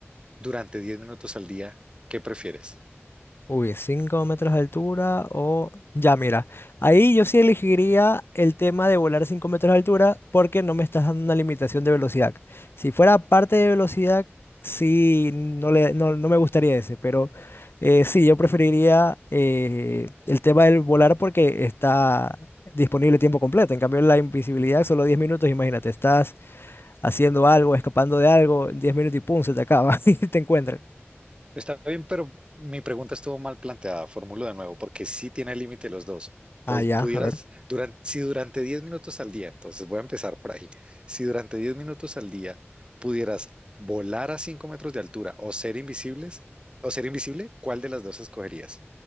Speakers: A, on the right (about 20°); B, on the left (about 55°).
A: durante 10 minutos al día, ¿qué prefieres?
B: Uy, 5 metros de altura o... Ya, mira, ahí yo sí elegiría el tema de volar 5 metros de altura porque no me estás dando una limitación de velocidad. Si fuera parte de velocidad, sí, no, le, no, no me gustaría ese, pero eh, sí, yo preferiría eh, el tema del volar porque está disponible tiempo completo. En cambio, la invisibilidad, solo 10 minutos, imagínate, estás haciendo algo, escapando de algo, 10 minutos y pum, se te acaba <laughs> y te encuentran.
A: Está bien, pero mi pregunta estuvo mal planteada. Formulo de nuevo, porque sí tiene límite los dos. Po-
B: Ah, ya,
A: Pudieras,
B: a ver.
A: durante, si durante 10 minutos al día, entonces voy a empezar por ahí. Si durante 10 minutos al día pudieras volar a 5 metros de altura o ser invisibles, o ser invisible, ¿cuál de las dos escogerías?